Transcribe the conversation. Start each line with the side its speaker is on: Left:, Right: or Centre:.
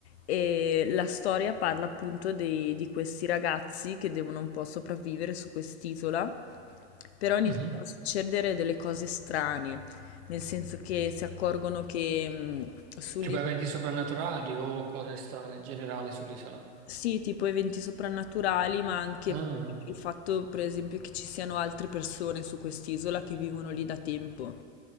Left: e la storia parla appunto dei- di questi ragazzi che devono un po' sopravvivere su quest'isola, però iniziano
Right: Mhm.
Left: a succedere delle cose strane. Nel senso che si accorgono che mh, sugli
Right: Tipo eventi soprannaturali o cose strane in generale sull'isola.
Left: sì, tipo eventi soprannaturali, ma anche
Right: Ah.
Left: il fatto, per esempio, che ci siano altre persone su quest'isola che vivono lì da tempo,